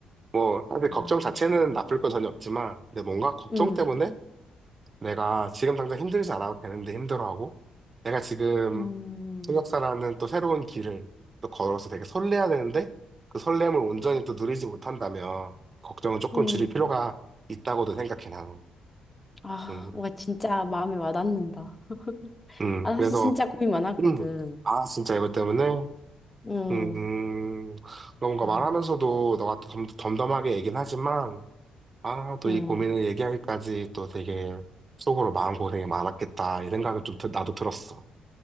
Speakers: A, on the right; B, on the left.
A: 뭐, 사실
B: 아,
A: 걱정 자체는 나쁠 건 전혀 없지만, 근데 뭔가 걱정
B: 응,
A: 때문에 내가 지금 당장 힘들지 않아도 되는데 힘들어하고, 내가 지금
B: 음,
A: 통역사라는 또 새로운 길을 또 걸어서 되게 설레야 되는데, 그 설렘을 온전히 또 누리지 못한다면, 걱정은 조금
B: 응.
A: 줄일 필요가 있다고도 생각해, 나는.
B: 아,
A: 음,
B: 와, 진짜 마음이 와닿는다.
A: 음,
B: 아,
A: 그래서,
B: 사실 진짜 고민 많았거든.
A: 음, 아, 진짜 이것 때문에,
B: 응,
A: 음, 뭔가
B: 아,
A: 말하면서도 너가 또 덤, 덤덤하게 얘긴 하지만, 아, 또
B: 응,
A: 이 고민을 얘기하기까지 또 되게 속으로 마음고생이 많았겠다, 이 생각이 좀 드- 나도 들었어.